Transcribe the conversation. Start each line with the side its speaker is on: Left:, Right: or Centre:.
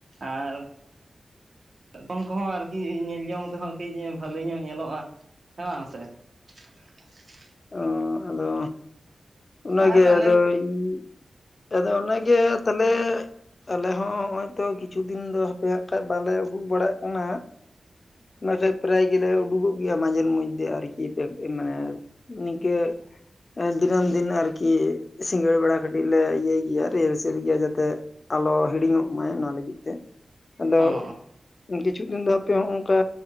Right: ᱟᱨᱻ ᱡᱚᱛᱚᱱ ᱠᱚᱦᱚᱸ ᱟᱨᱠᱤ ᱧᱮᱞ ᱡᱚᱝ ᱛᱮᱦᱚᱸ ᱠᱟᱹᱡ ᱵᱷᱟᱹᱞᱤ ᱧᱚᱜ ᱮ ᱧᱮᱞᱚᱜᱼᱟ ᱦᱮᱸ ᱵᱟᱝ ᱥᱮ <inaudible>
Left: ᱚᱸᱻ ᱟᱫᱚ ᱚᱱᱟ
Right: ᱟᱨ
Left: ᱜᱮ
Right: ᱟᱞᱮ
Left: ᱟᱫᱚ ᱤᱧ ᱟᱫᱚ ᱚᱱᱟ ᱜᱮ ᱛᱟᱦᱚᱞᱮ ᱟᱞᱮ ᱦᱚᱸ ᱱᱚᱜᱼᱚᱭ ᱛᱚ ᱠᱤᱪᱷᱩ ᱫᱤᱱ ᱫᱚ ᱦᱟᱯᱮᱭᱟᱜ ᱠᱷᱟᱡ ᱵᱟᱞᱮ ᱩᱰᱩᱠ ᱵᱟᱲᱟᱜ ᱠᱟᱱᱟ ᱱᱚᱜᱼᱚᱭ ᱡᱮ ᱯᱨᱟᱭ ᱜᱮᱞᱮ ᱩᱰᱩᱠᱚᱜ ᱜᱮᱭᱟ ᱢᱟᱡᱷᱮᱨ ᱢᱚᱫᱽᱫᱷᱮ ᱟᱨᱠᱤᱮ ᱢᱟᱱᱮ ᱱᱤᱝᱠᱟᱹ ᱫᱤᱱᱟᱹᱢ ᱫᱤᱱ ᱟᱨᱠᱤ ᱥᱤᱸᱜᱟᱹᱲ ᱵᱮᱲᱟ ᱠᱟᱹᱴᱤᱡ ᱞᱮ ᱤᱭᱟᱹᱭ ᱜᱮᱭᱟ ᱨᱮᱦᱮᱞᱥᱮᱞ ᱜᱮᱭᱟ ᱡᱟᱛᱮ ᱟᱞᱚ ᱦᱤᱲᱤᱧᱚᱜ ᱢᱟᱭ ᱚᱱᱟ ᱞᱟᱹᱜᱤᱫ ᱛᱮ ᱟᱫᱚ
Right: ᱦᱚᱸ
Left: ᱠᱤᱪᱷᱩ ᱫᱤᱱ ᱫᱚ ᱦᱟᱯᱮ ᱦᱚᱸ ᱚᱱᱠᱟ